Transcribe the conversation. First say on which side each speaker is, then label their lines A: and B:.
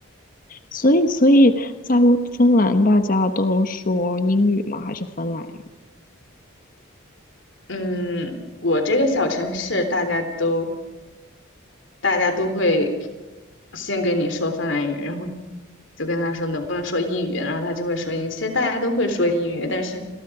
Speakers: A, on the left; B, on the left.
A: 所以所以在乌芬兰大家都说英语吗？还是芬兰语？
B: 嗯，我这个小城市大家都。大家都会先跟你说芬兰语，然后就跟他说能不能说英语，然后他就会说英语。其实大家都会说英语，但是